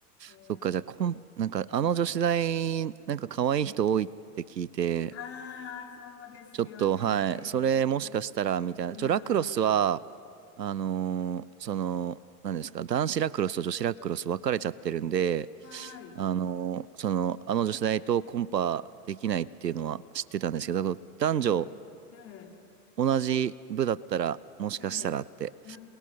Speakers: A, on the left (about 30°); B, on the right (about 85°).
A: い。ええ。
B: そっか、じゃあ、コン、なんか、あの女子大、なんか可愛い人多いって聞いて、
A: ああ、そうですよね。
B: ちょっと、はい、それもしかしたら、みたいな。
A: う
B: ちょ、ラクロスは、
A: ん。
B: あのーその、何ですか、男子ラクロスと女子ラクロス分かれちゃってるんで、
A: はい。
B: あのーその、あの女子大とコンパできないっていうのは知ってたんですけど、だから男女
A: ええ、ええ、
B: 同じ部だったら、もしかしたらって。
A: ええ。う